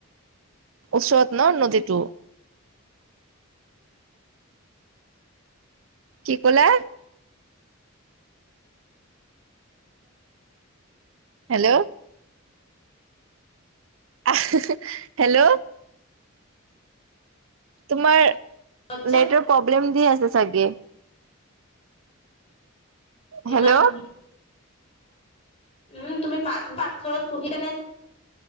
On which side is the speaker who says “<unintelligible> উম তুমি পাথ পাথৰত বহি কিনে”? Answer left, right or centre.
Left